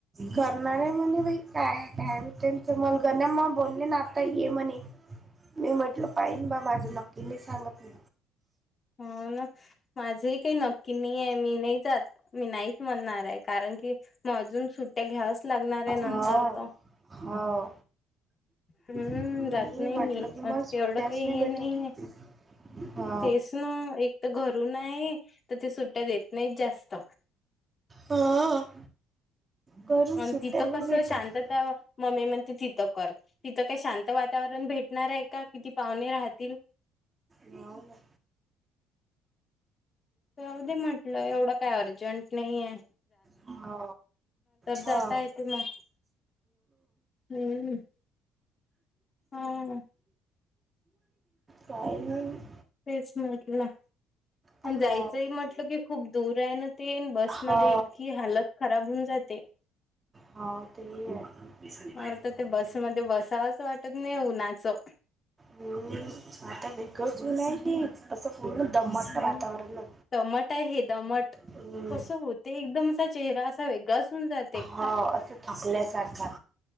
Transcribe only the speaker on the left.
हो ना माझ ही काही नक्की नाहीये मी नाही जात मी नाहीच म्हणणार आहे. कारण कि मग अजून सुट्ट्या घ्यावच लागणार आहे नंतर
त.
हम्म
जात नाही
मी
आज
एवढं काही
हे
नाहीये.
तेच ना एक तर घरून आहे त ते सुट्ट्या देत नाहीत जास्त.
आणि
तिथं
कसं
शांतता मम्मी म्हणते तिथं कर. तिथं काय शांत वातावरण भेटणार आहे का किती पाहुणे राहतील.
जाऊ दे म्हटलं एवढं काय अर्जंट नाहीेये.
जाता येते मग हम्म हा
तेच म्हटला पण
जायचंही म्हटलं की खूप दूर आहे ना तेनं. बसमध्ये
इतकी हालत खराब होऊन जाते.
मला तर ते बसमध्ये
बसावंच वाट तचं नाही उन्हाचं.
हम्म
दमट आहे हे दमट
कसं होते एकदम असा चेहरा असा वेगळाच होऊन जाते.